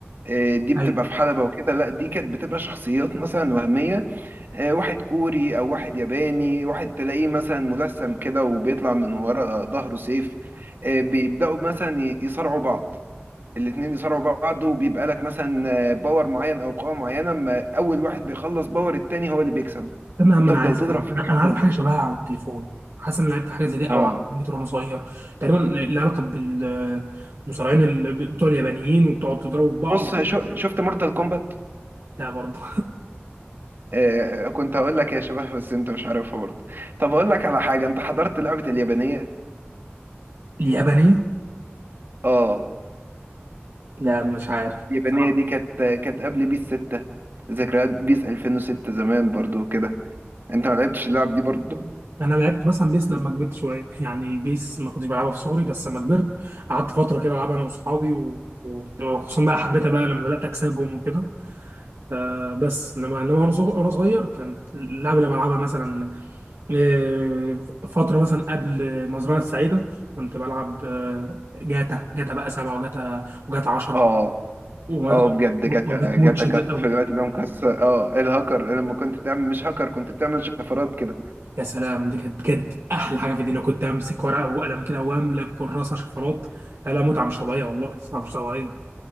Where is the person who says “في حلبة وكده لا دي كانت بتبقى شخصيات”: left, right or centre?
Right